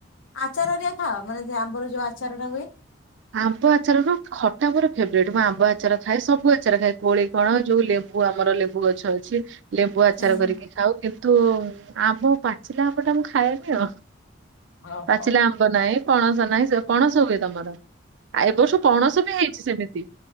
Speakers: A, on the left; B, on the right.
A: ଆଚାର ଯୋଉ ଖାଅ, ମାନେ ଯୋ ଆମ୍ବର ଯୋଉ ଆଚାରଟା ହୁଏ?
B: ଆମ୍ବ ଆଚାରର ଖଟା ମୋର ଫେବରାଇଟ୍, ମୁଁ ଆମ୍ବ ଆଚାର ଖାଏ ସବୁ ଆଚାର ଖାଏ। କୋଳି କଣ ଯୋଉ ଲେମ୍ବୁ ଆମର ଲେମ୍ବୁ ଗଛ ଅଛି। ଲେମ୍ବୁ ଆଚାର
A: ହୁଁ ହୁଁ।
B: କରିକି ଖାଉ, କିନ୍ତୁ ଆମ୍ୱ ପାଚିଲା ଆମ୍ୱଟା ମୁଁ ଖାଏନି ଆଉ।
A: ଓହୋ
B: ପାଚିଲା ଆମ୍ବ ନାହିଁ, ପଣସ ନାହିଁ ପଣସ ହୁଏ ତମର? ଆଉ ଏବର୍ଷ ପଣସ ବି ହେଇଛି ସେମିତି